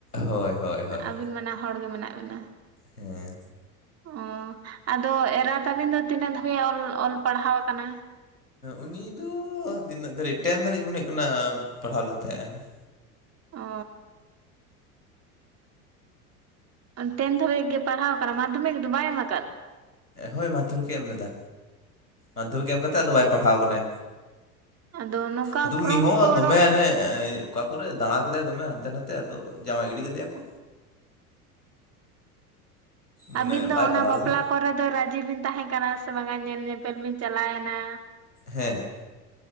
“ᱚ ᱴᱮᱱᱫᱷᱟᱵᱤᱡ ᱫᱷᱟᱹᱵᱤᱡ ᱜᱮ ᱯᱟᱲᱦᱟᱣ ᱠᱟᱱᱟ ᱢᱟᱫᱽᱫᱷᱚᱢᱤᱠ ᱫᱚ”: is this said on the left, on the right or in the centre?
Right